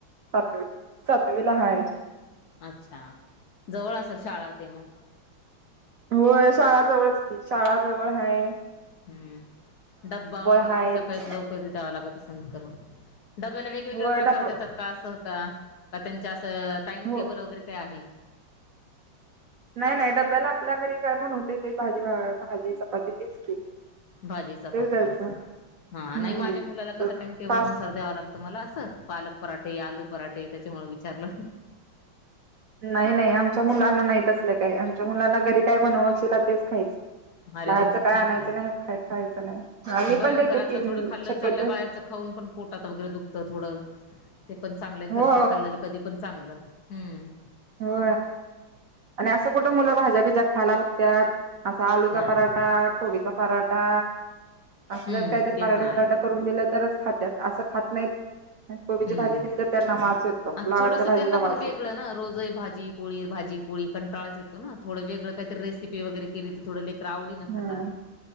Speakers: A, on the right; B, on the left.
A: सातवी सातवीला हाय
B: अच्छा जवळ असेल शाळा ते मग
A: हो शाळाजवळच की शाळाजवळ आहे
B: हम्म डब्बा वगैरे
A: हायत
B: ते सकाळीत लवकर ते द्यावा लागत असं करून डब्याला वेगवेगळे
A: होय
B: प्रकार
A: डब
B: देतात का असं का का त्यांच्या असं टाइमटेबल
A: हो
B: वगैरे काय आहे
A: नाही नाही डब्याला आपल्या घरी काय बणवते ते भाजी भाजी चपाती तेच की
B: भाजी चपातीच
A: तेच द्यायचं
B: हा
A: हम्म
B: नाही माझ्या मुलाला कस प टेबल
A: फास्ट
B: नुसार द्यावा लागत मला असं पालक पराठे आलू पराठे त्याच्यामुळे विचारलं
A: नाही नाही आमच्या मुलांना नाहीत असल्या काही आमच्या मुलांना घरी काय बनवायशील तेच खायचं
B: अरे
A: बाहेरच
B: वा
A: काय
B: छान
A: आणायचं
B: आहे.
A: नाही खाय खायचं नाही मी
B: बरं
A: पण देते
B: घरातलं
A: कि
B: थोडं खाल्लेलं
A: शक्यत
B: चांगलं बाहेरचं खाऊन पण पोटात वगैरे दुखतं थोडं ते पण चांगलं घरचं
A: हो
B: खाल्लेलं कधी पण चांगलं हम्म
A: हो आणि असं कुठं मुलं भाज्या बिज्या खायला बघतात असा आलूचा
B: नाही
A: पराठा
B: बघ
A: कोबीचा पराठा
B: हम्म
A: असच काहीतरी
B: ते
A: पराठेठ
B: पण आहे
A: ून दि तरच खात असं खात नाहीत आणि कोबीची
B: हम्म
A: भाजी दिली तर त्यांना वास येतो
B: आणि
A: फ्लावरच्या
B: थोडंसं
A: भाजीचा
B: त्यांना
A: वास
B: पण वेगळं
A: येतो
B: रोज भाजी पोळी भाजी पोळी कंटाळाच येतो ना थोडं वेळं काहीतरी रेसिपी वगैरे केली तर थोडं लक्रवडीं खातात
A: ह